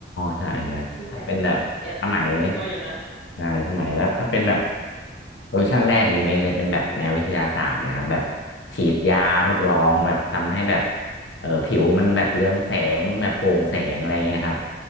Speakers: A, on the left; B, on the left.
A: ใช่ไงถ้าเป็นแบบสมัย
B: ดูแอบแอบน่าน่ากลัวอยู่นะ
A: ใช่สมัยแล้วถ้าเป็นแบบเวอร์ชันแรกอีเมลเลยเป็นแบบแนววิทยาศาสตร์เลยครับแบบฉีดยาทดลองแบบทำให้แบบเออผิวมันแบบเรืองแสงแบบโปร่งแสงอะไรเงี้ยครับ